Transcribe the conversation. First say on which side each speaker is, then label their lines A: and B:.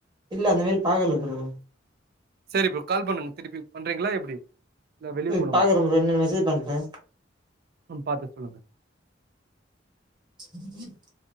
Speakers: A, on the right; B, on the right.
A: இல்ல அந்த மாரி பாக்கல ப்ரோ
B: செரி ப்ரோ கால் பண்ணுங்க திருப்பி பண்றீங்களா எப்டி இல்ல வெளிய
A: ம்
B: போணுமா
A: பாக்குற ப்ரோ என்னன் மெசேஜ் பண்ற
B: ம் பாத்து சொல்லுங்க
A: <unintelligible>